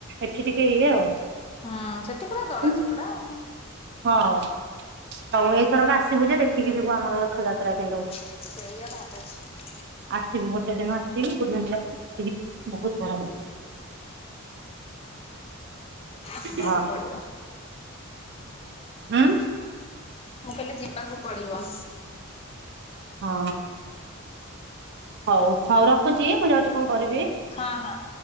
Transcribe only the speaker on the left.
ହଁ, ସେଠି ପୁରା ଦଳା
ଚକଡା ଆଉ।
ସେଇଆ ଭାବୁଚି।
ଯିବାକୁ
ପଡିବ।
ମୁଁ କହିଲି ଯିବାକୁ ପଡିବ।
ହଁ, ହଁ।